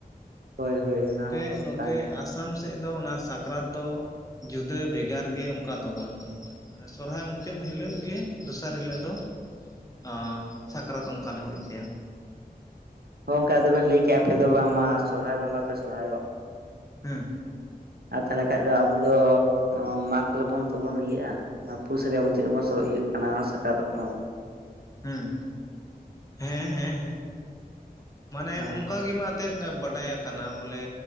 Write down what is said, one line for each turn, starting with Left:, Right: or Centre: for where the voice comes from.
Right: ᱦᱳᱭ᱾ ᱦᱳᱭ
Left: ᱱᱚᱛᱮ
Right: ᱚᱱᱟ ᱦᱚᱸ
Left: ᱱᱚᱛᱮ
Right: ᱠᱟᱱ ᱜᱮᱭᱟ
Left: ᱟᱥ ᱟᱥᱟᱢ ᱥᱮᱫ ᱫᱚ ᱚᱱᱟ ᱥᱟᱠᱨᱟᱛ ᱫᱚ ᱡᱩᱫᱟᱹ ᱵᱷᱮᱜᱟᱨ ᱜᱮ ᱚᱝᱠᱟ ᱫᱚ ᱵᱟᱝ᱾ ᱢᱟᱱᱮ ᱥᱚᱨᱦᱟᱭ ᱢᱩᱪᱟᱹᱫ ᱦᱤᱞᱳᱜ ᱜᱮ ᱫᱚᱥᱟᱨ ᱦᱤᱞᱟᱹᱜ ᱫᱚ ᱚ, ᱥᱟᱠᱨᱟᱛ ᱚᱝᱠᱟ ᱞᱮ ᱦᱩᱭ ᱦᱚᱪᱚᱭᱟ᱾
Right: ᱦᱚᱸ ᱜᱚᱝᱠᱮ ᱟᱫᱚᱵᱮᱱ ᱞᱟᱹᱭ ᱠᱮᱜᱼᱟ ᱟᱯᱮ ᱫᱚ ᱵᱟᱝᱢᱟ ᱥᱚᱨᱦᱟᱭ ᱵᱚᱸᱜᱟ ᱯᱮ ᱥᱚᱨᱦᱟᱭᱚᱜ᱾
Left: ᱦᱩᱸ᱾
Right: ᱟᱨ ᱛᱟᱦᱞᱮ ᱠᱷᱟᱡ ᱫᱚ ᱟᱵᱚ ᱫᱚ ᱚ, ᱢᱟᱜᱽ ᱨᱮᱵᱚᱱ ᱛᱵᱚᱱ ᱤᱭᱟᱹᱜᱼᱟ, ᱱᱚᱣᱟ ᱯᱩᱥ ᱨᱮᱭᱟᱜ ᱪᱮᱫᱵᱚᱱ ᱤᱭᱟᱹᱜ ᱠᱟᱱᱟ ᱥᱟᱠᱨᱟᱛᱚᱜ ᱠᱟᱱᱟ ᱵᱚᱱ᱾
Left: ᱦᱩᱸ, ᱦᱮᱸ ᱦᱮᱸ ᱦᱮᱸ ᱢᱟᱱᱮ
Right: ᱦᱮᱸ
Left: ᱚᱝᱠᱟ ᱜᱮᱢᱟ ᱛᱮᱫ <unintelligible> ᱵᱟᱰᱟᱭ ᱟᱠᱟᱱᱟ ᱵᱚᱞᱮ